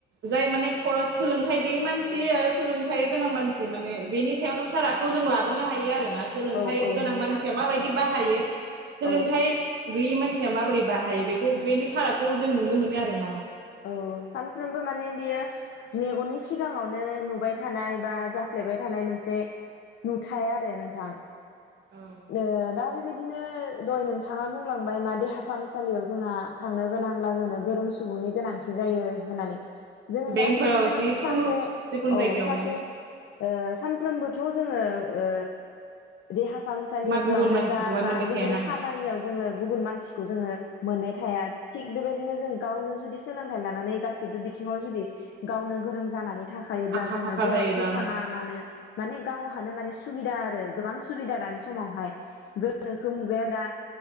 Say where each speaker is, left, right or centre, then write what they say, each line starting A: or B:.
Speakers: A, on the right; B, on the left.
A: जाय माने फ सोलोंथाइ गैयै मानसि सि आरो सोलोंथाइ गोनां मानसि माने बेनि सायावनो फारागखौ जों लाबोनो हायो आरो ना सोलोंथाइ
B: औ औ
A: गोनां
B: नोंथां
A: मानसिया माबायदि बाहा हायो। सोलोंथाइ
B: औ
A: गैयि मानसिया माबोरै बाहायो बेखौ बेनि फारागखौ जों नुनो मोनो आरोना।
B: औ सानफ्रोमबो माने बियो मेगननि सिगाङावनो नुबाय थानाय बा जाफ्लेबाय थानाय मोनसे नुथाय आरो नोंथां।
A: औ
B: ओ दाबे बेबायदिनो दहाय नोंथाङा बुंलांबाय मा देहा फाहामसालियाव जोंहा थांनो गोनांब्ला जोंनो गोरों सुबुंनि गोनांथि जायो होननानै। जों
A: बेंकफोराव
B: दा बिब्दिनो
A: जिखुनु
B: सासे,
A: जिखुनु
B: औ
A: जायगायावनो
B: सासे ओ सानफ्रोमबोथ' जोङो ओ देहा फाहामसालिफोरावनो
A: मा गुबुन मानसिखौहाय
B: जा
A: मोनबाय
B: बा
A: थायाना
B: गुबुन
A: आङो
B: खामानियाव जोङो गुबुन मानसिखौ जोङो मोननाय थाया थिग बेबायदिनो जों गावनो जुदि सोलोंथाइ लानानै गासिबो बिथिङाव जुदि गावनो गोरों जानानै थाखायोब्ला
A: आखा
B: जोङो
A: फाखा
B: जेरावखि
A: जायोबा
B: थाङा
A: आं
B: मानो माने गाव माने सुबिदा आरो गोबां सुबिदा दानि समावहाय, गोनोखो मुगायाव दा